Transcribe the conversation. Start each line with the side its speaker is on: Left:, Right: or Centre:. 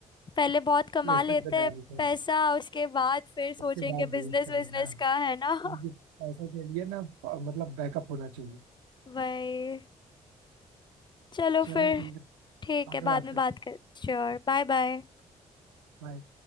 Left: पहले बहुत कमा
Right: प्लेसमेंट
Left: लेते
Right: पे ध्यान
Left: हैं
Right: देते हैं
Left: पैसा उसके बाद फिर सोचेंगे
Right: उसके बाद
Left: बिजनेस
Right: यूज करेंगे
Left: बिजनेस
Right: ना
Left: का है ना
Right: क्योंकि
Left: <laughs>
Right: पैसों के लिए ना मतलब बैकअप होना चाहिए
Left: वही चलो
Right: चलो
Left: फिर
Right: ठीक है
Left: ठीक
Right: बाद
Left: है
Right: में
Left: बाद
Right: बात
Left: में
Right: करते
Left: बात
Right: हैं
Left: कर श्योर Bye bye
Right: Bye.